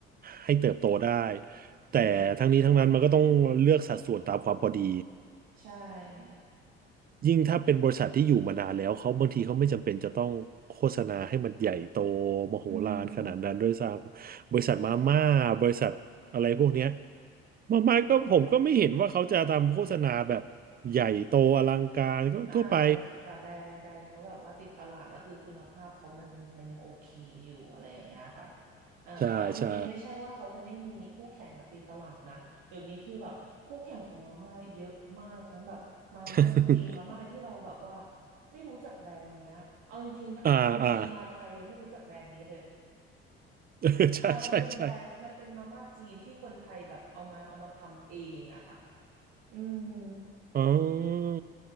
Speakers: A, on the right; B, on the right.
A: ให้เติบโตได้แต่ทั้งนี้ทั้งนั้นมันก็ต้องเลือกสัดส่วนตามความพอดี
B: อืมใช่
A: ยิ่งถ้าเป็นบริษัทที่อยู่มานานแล้วเขาบางทีเขาไม่จำเป็นจะต้องโฆษณาให้มันใหญ่โตมโหฬารขนาดนั้นด้วยซ้ำบริษัทมาม่าบริษัทอะไรพวกเนี้ย
B: อืมใช่
A: มาม่าก็ผมก็ไม่เห็นว่าเขาจะทำโฆษณาแบบใหญ่โตอลังการก็ทั่วไป
B: อ่าแต่แต่แบรนด์แบรนด์เขาแบบว่าติดตลาดแล้วคือคุณภาพเขามันยังมันยังโอเคอยู่อะไรอย่างเงี้ยค่ะเออแต่เอาจริงๆไม่ใช่ว่าเขาจะไม่มีคู่แข่งมาตีตลาดนะเดี๋ยวนี้คือแบบคู่แข่งของมาม่าเยอะมากทั้งแบบมาม่าจีนมาม่าอะไรที่เราแบบว่า
A: ใช่ใช่ <laughs>
B: ไม่รู้จักแบรนด์เนี้ยเอาจริงๆคนจีนมาไทยยังไม่รู้จักแบรนด์นี้เลย
A: อ่าอ่า <laughs> เออใช่ใช่ใช่
B: เออมันเป็นแบรนด์มันเป็นมาม่าจีนที่คนไทยแบบเอามาเอามาทำเองอะค่ะอืม
A: อ๋อ